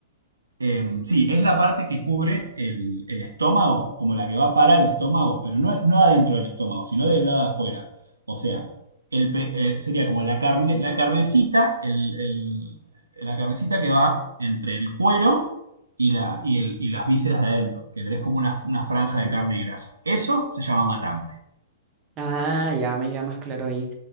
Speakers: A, on the right (about 85°); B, on the right (about 30°).
A: Eh, sí, es la parte que cubre el, el estómago, como la que va para el estómago, pero no, no adentro del estómago, sino del lado de afuera. O sea, el pe- eh, sería como la carne, la carnecita, el- el- la carnecita que va entre el cuero y, la, y, el- y las vísceras de adentro, que tenés como una, una franja de carne y grasa. Eso se llama matambre.
B: Ah, ya me queda más claro ahí.